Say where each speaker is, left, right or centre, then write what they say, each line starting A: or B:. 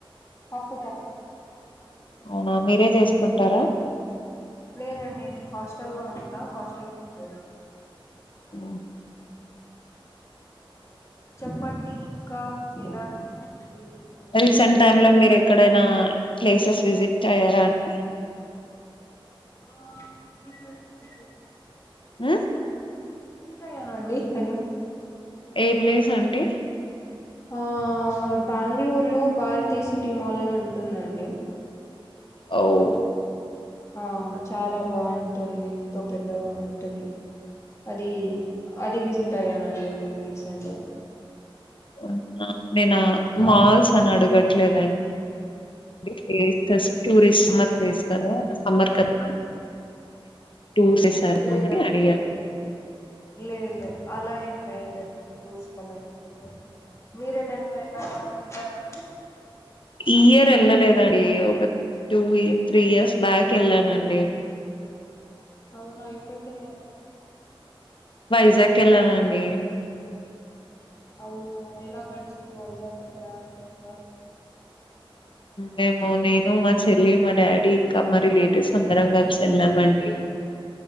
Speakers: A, on the left; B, on the left.
A: పప్పు పప్పు
B: అవునా మీరే చేసుకుంటారా
A: లేదండి నేను హాస్టల్లో ఉంటా హాస్టల్ ఫుడ్ అది
B: ఆ
A: చెప్పండి ఇంకా ఎలా జరుగుతుంది మీ రోజంతా
B: రీసెంట్ టైమ్ లో మీరు ఎక్కడైనా ప్లేసెస్ విజిట్ అయ్యారా అండి.
A: ఆ విధితో ఆయుండారు
B: మ్మ్
A: విజిట్ అయ్యారా అండి హలో
B: ఏ ప్లేస్ అండి
A: ఆ బెంగళూరులో భారతీ సిటీ మాల్ అని ఉంటుందండి
B: అవు
A: ఆ చాలా బాగుంటుంది ఎంతో పెద్దగా ఉంటది. అది అది విసిట్ ట్ అయ్యానండి నేను రీసెంట్గా
B: అవునా నేనా
A: ఆ
B: మాల్స్ అని అడగట్లేదండి ప్లేసె టూరిస్ట్ సమర్ ప్లేస్ కదా సమ్మర్ కదా టూర్స్ వేసారు
A: లేదండి
B: అని అడిగారు
A: లేదు లే లే అలా ఏం వేయలేదండి తీసుకోలేదండి నేను మీరేటన్న వెళ్ళారా ఎంటార అండి
B: ఈ ఇయర్ వెళ్ళలేదండి ఒక టూ ఇ త్రీ ఇయర్స్ బ్యాక్ వెళ్ళానండి
A: అవునా ఎక్కడికి వెళ్ళారండి
B: వైజాగ్ వెళ్లానండి
A: అవును ఎలా గడిచింది వైజాగ్ లో ప్రయాణం అంతా
B: మేము నేను మా చెల్లి మా డాడీ ఇంకా మా రిలేటివ్స్ అందరం కలిసి వెళ్ళామండి